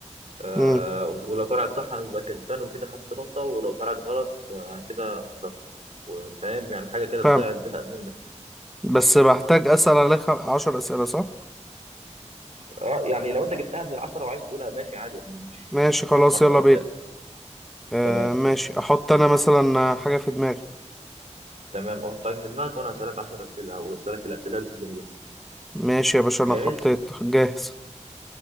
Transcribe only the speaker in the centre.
امم
فاهم
بس بحتاج اسال عليك خ- عشر اسئله صح
ماشي
خلاص
يلا بينا
آه
ماشي احط انا مثلا حاجه في دماغي
ماشي يا باشا انا
حطيت جاهز